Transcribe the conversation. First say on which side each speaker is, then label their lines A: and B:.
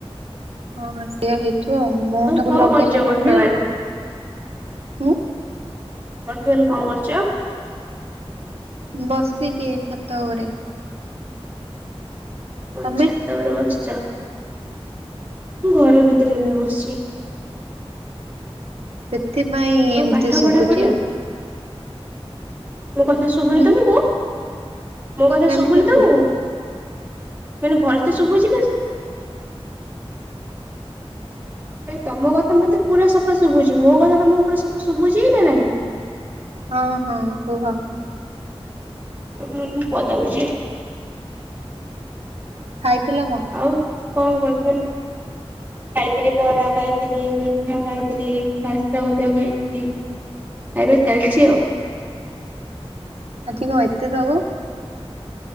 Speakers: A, on the right (about 75°); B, on the right (about 15°).
A: ହଁ ସେଇଆ ହେଇଥିବ ଆଉ। ମୁଁ ତାଙ୍କୁ
B: କଣ
A: ଲଗେଇଲା
B: କରୁଛ ବର୍ତ୍ତମାନ?
A: ଟାଇମ୍ ରେ ହୁଁ।
B: ବର୍ତ୍ତମାନ କଣ କରୁଚ?
A: ବସିଚି ଛାତ ଉପରେ।
B: ଓ
A: ତମେ?
B: ଛାତ ଉପରେ ବସିଚ। ମୁଁ ଘର ଭିତରେ
A: ହୁଁ
B: ଏବେ ବସିଚି।
A: ସେଥିପାଇଁ
B: ଆଉ
A: ଏମିତି
B: ପାଠ
A: ଶୁବୁଚି
B: ପଢା ପଢି
A: ଆଉ।
B: ମୋ କଥା ଶୁଭୁନି
A: ହୁଁ।
B: ତମକୁ? ମୋ କଥା
A: ସେମିତି
B: ଶୁଭୁନି
A: ଶୁଭୁଚି
B: ତମକୁ? ମାନେ ଭଲସେ ଶୁଭୁଚି ନା ନାଇ ତମ କଥା ମତେ ପୁରା ସଫା ଶୁଭୁଚି। ମୋ କଥା ତମକୁ ପୁରା ସଫା ଶୁଭୁଚି ନା ନାହିଁ?
A: ହଁ ହଁ କୁହ।
B: ରୁହ ନହେଲେ ମୁଁ ପଦାକୁ ଯାଏ।
A: ଖାଇଥିଲ କଣ?
B: ଆଉ କଣ କରୁଚ ମାନେ ଖାଇଥିଲି ବରା ଖାଇଥିଲି, ମିଠା ଖାଇଥିଲି, ଖାସ୍ତା ଗଜା ଖାଇଥିଲି। ଖାଇବା ଚାଲିଚି ଆଉ।
A: ଆଜି କଣ ଏତେ ସବୁ?